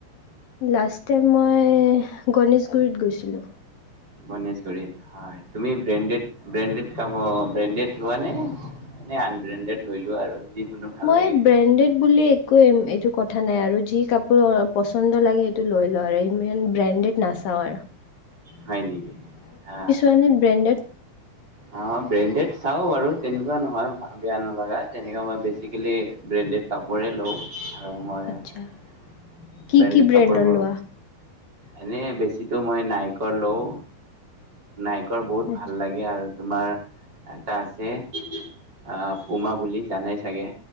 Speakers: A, on the left; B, on the right.
A: লাষ্ট টাইম মই গণেশগুৰিত গৈছিলোঁ।
B: গণেশগুৰিত হয় তুমি ব্ৰেণ্ডেড ব্ৰেণ্ডেড খাব ব্ৰেণ্ডেড লোৱা নে এনে আনব্ৰেণ্ডেড লৈ লোৱা আৰু। যিকোনো ভাল
A: মই
B: লাগে
A: ব্ৰেণ্ডেড বুলি একো এইটো কথা নাই আৰু যি কাপোৰ পচন্দ লাগে এইটো লৈ লওঁ আৰু ইমান ব্ৰেণ্ডেড নাচাওঁ আৰা
B: হয় নেকি আহ।
A: মানে ব্ৰেণ্ডেড
B: অ ব্ৰেণ্ডেড চাওঁ বাৰু তেনেকুৱা নহয় বেয়া নলগা তেনেকুৱা মই বেছিকিলি ব্ৰেণ্ডেড কাপ কাপোৰেই লওঁ আৰু মই
A: আচ্ছা কি
B: ব্ৰেণ্ডেড
A: কি ব্ৰেণ্ডৰ
B: কাপোৰবোৰ
A: লোৱা
B: এনে বেছিতো মই নাইকৰ লওঁ নাইকৰ বহুত
A: আচ্ছা
B: ভাল লাগে আৰু। তোমাৰ এটা আছে আহ পুমা বুলি জানাই চাগে।